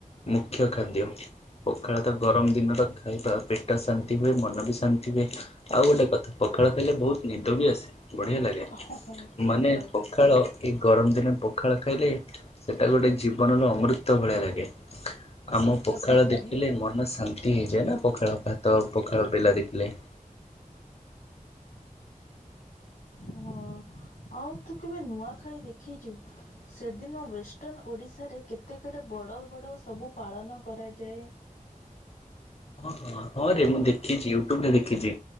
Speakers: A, on the left; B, on the left.
A: ମୁଖ୍ୟ ଖାଦ୍ୟ। ପଖାଳ ତ ଗରମ ଦିନର ଖାଇବା ପେଟ ଶାନ୍ତି ହୁଏ ମନ ବି ଶାନ୍ତି ହୁଏ। ଆଉ ଗୋଟେ କଥା ପଖାଳ ଖାଇଲେ ବହୁତ ନିଦ ବି ଆସେ। ବଢିଆ ଲାଗେ
B: ହଁ ହଁ ଠିକ
A: ମାନେ
B: କହିଲୁ
A: ପଖାଳ ଏଇ ଗରମ ଦିନେ ପଖାଳ ଖାଇଲେ ସେଟା ଗୋଟେ ଜୀବନର ଅମୃତ ଭଳିଆ ଲାଗେ। ଆମ
B: ସତ
A: ପଖାଳ
B: କଥାରେ।
A: ଦେଖିଲେ ମନ ଶାନ୍ତି ହେଇଯାଏ ନା? ପଖାଳ ଭାତ ପଖାଳ ବେଲା ଦେଖିଲେ।
B: ହଁ ଆଉ ତୁ କେବେ ନୂଆଖାଇ ଦେଖିଛୁ? ସେଦିନ ୱେଷ୍ଟର୍ଣ୍ଣ ଓଡ଼ିଶାରେ କେତେ କେଡେ ବଡ଼ ବଡ଼ ସବୁ ପାଳନ କରାଯାଏ।
A: ହଁ ହଁ ହଁ ରେ ମୁଁ ଦେଖିଛି ୟୁଟୁବରେ ଦେଖିଛି